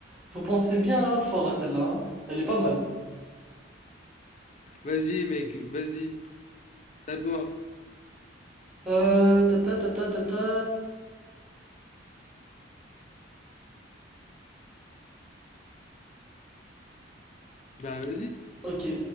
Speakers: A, in the centre; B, on the left.
A: faut penser bien fort à celle-là. hein. Elle est pas mal.
B: Vas-y, mec. Vas-y. À toi.
A: Euh, ta ta ta ta ta ta.
B: Bah, vas-y.
A: Ok.